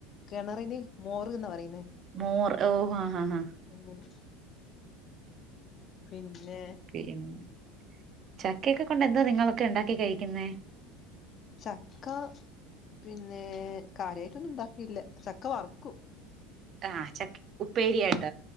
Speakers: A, on the left; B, on the right.
A: കിണറിനി മോറന്ന് പറയുന്നേ
B: മൂർ ഓഹാ ആഹ് ആഹ്
A: അങ്ങനെ. പിന്നെ.
B: പി <unintelligible> ചക്കയൊക്കെ കൊണ്ട് എന്താ നിങ്ങളൊക്കെ ണ്ടാക്കി കഴിക്കുന്നേ?
A: ചക്ക പിന്നെ കാര്യയായിട്ടൊന്നുണ്ടാക്കില്ല ചക്ക വർക്കു
B: ആഴ ചക്കി ഉപ്പേരിയായിട്ട